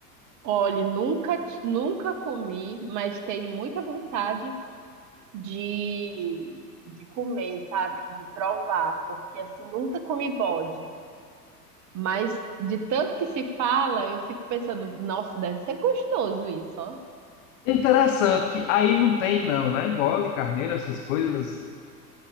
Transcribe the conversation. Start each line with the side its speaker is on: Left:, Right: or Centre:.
Right: olha, nunca, ti- nunca comi, mas tenho muita vontade de, de comer, sabe? De provar, porque assim, nunca comi bode. Mas de tanto que se fala, eu fico pensando, nossa, deve ser gostoso isso, ó.
Left: Interessante que aí não tem não, né? Bode, carneiro, essas coisas